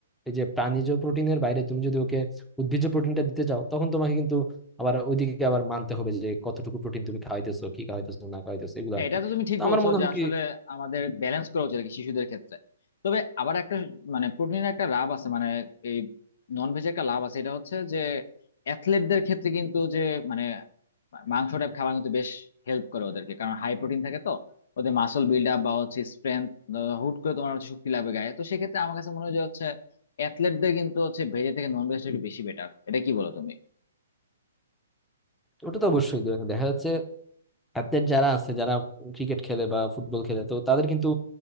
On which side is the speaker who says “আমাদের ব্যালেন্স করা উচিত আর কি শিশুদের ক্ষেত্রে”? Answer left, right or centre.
Left